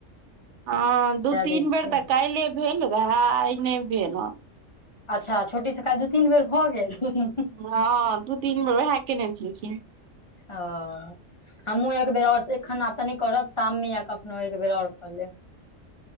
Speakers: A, on the right; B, on the left.
A: हँ दू तीन
B: दै छियै
A: बेर तऽ काल्हे भेल रहेए आय नैय भेल हँ।
B: अच्छा छोटी सँ काल्ह दू तीन बेर भऽ गेल हँ-हँ।
A: हँ दू तिन बेर उहे केने छेलखिन।
B: हँ हमहूँ एक बेेर और एखन आब त नै करब शाम मे या कखनो एक बेेर और कऽ लेब।